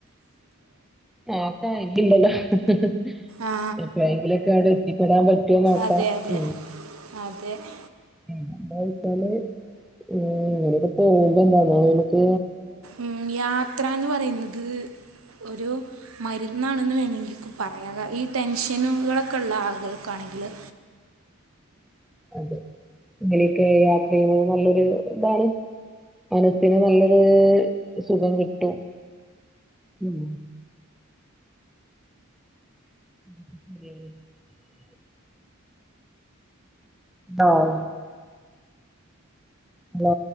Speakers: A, in the centre; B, on the right.
A: ആക്ക ഇല്ലില്ല. '
B: ആ
A: ഇപ്പ എങ്കിലെക്കെ അവെടെത്തിപ്പെടാൻ പറ്റോ നോക്കാം.
B: അതെ അതെ
A: ഉം.
B: അതെ
A: എന്താ വെച്ചാല് ഉം ഇനിയിപ്പ പോമ്പോ <unintelligible> ക്ക്
B: ഉം യാത്രന്ന് പറയെന്നത് ഒരു മരുന്നാണെന്ന് വേണെങ്കെങ്ക് പറയാ. ഈ ടെൻഷനുകളൊക്കെള്ളയാളുകൾക്കാണെ ഹലോ
A: അതെ ഇങ്ങനെയെക്കെ യാത്ര ചെയ്യുന്നത് നല്ലൊരുയിതാണ്. മനസ്സിന് നല്ലൊരു സുഖം കിട്ടും. ഉം <unintelligible> ആഹ് ഹലോ